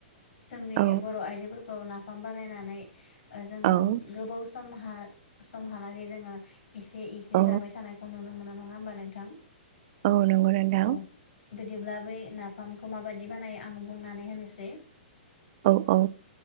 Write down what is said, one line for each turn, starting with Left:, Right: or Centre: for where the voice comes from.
Left: जोंनि
Right: औ
Left: बर' आइजोफोरखौ ना बिफाम बानायनानै जोङो
Right: औ
Left: गोबाव समहा समहालागै जोङो एसे इसे
Right: औ
Left: जाबाय थानायखौ नुनो मोनो। नङा होमबा नोंथां।
Right: अ' नंगो नोंथां।
Left: औ बिदिब्ला बै नाफामखौ माबायदि बानायो आं बुंनानै होनोसै
Right: औ औ।